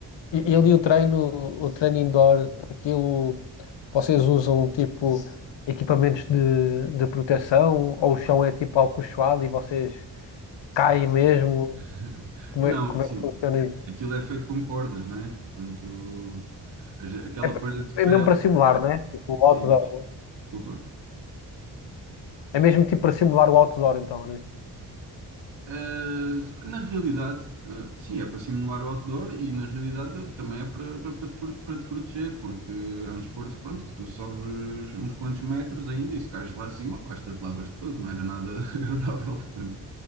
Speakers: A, on the left; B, on the right.
A: e- ele e o treino, o treino indoor, aquilo, vocês
B: sim.
A: usam tipo equipamentos de, de proteção ou o chão é tipo alcochoado e vocês caem mesmo?
B: <laughs>
A: Como
B: Não,
A: é, como
B: sim,
A: é que funciona isso?
B: aquilo é feito com cordas, não é? Portanto, as- aquela
A: É,
B: parede que
A: é mesmo
B: é
A: para simular, né? Tipo o
B: sim,
A: outdoor.
B: diz, desculpa.
A: É mesmo tipo para simular o outdoor, então, né?
B: Ah, na realidade, ah, sim, é para simular o outdoor e na realidade também é para, para, para te, pro- para te proteger, porque é um desporto, pronto, que tu sobres uns quantos metros ainda e se cais lá acima, pá, te lavas todo, não era nada <laughs> agradável, portanto,